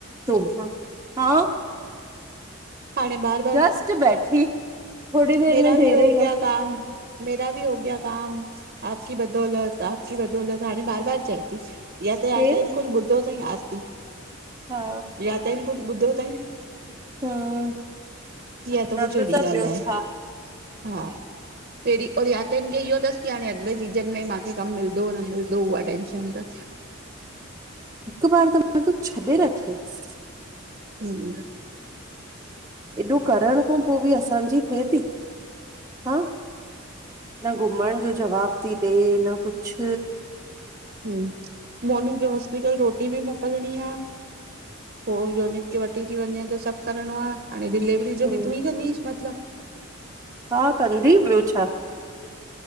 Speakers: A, on the right; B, on the right.
A: तोभां। हा
B: पाणें ॿार
A: जस्ट बैठी थोरी देर
B: मेरा
A: में देर
B: भी हो गया
A: ई
B: काम, मेरा भी हो गया काम। आपकी बदौलत- आपकी बदौलत, हाणें बार बार चये। या त
A: केरु
B: आत इनको, कुछ ॿुधो तईं आरती।
A: हा
B: या त ईंन कुछ ॿुधो तईंं?
A: हम्म
B: इया त
A: न
B: कुछ अहिड़ी ॻाल्हि
A: ॿियो
B: आहे,
A: छा
B: हा पहिरीं और या त इनखे इहो तसि की, हाणे अगिले सीज़न में माखे कमु मिलंदो न मिलंदो, उहा टेंशन तसि। <inaudible>
A: हिकु बार त, मा तू छॾें रखेस।
B: हम्म <unintelligible>
A: एॾो करणु खो पोइ बि, असांजी थे ती? हा न घुमणु जो जवाब ती ॾे, न कुछ
B: हूं, मोनू खे हॉस्पिटल रोटी बि मोकिलणीं आ। पोइ योनित के वठी ती वञें, त सभु करिणो आ। हाणे डिलेवरी वरी
A: हम्म
B: जो बि तू ई कंदीस मतिलबु?
A: हा कंदी, ॿियो छा?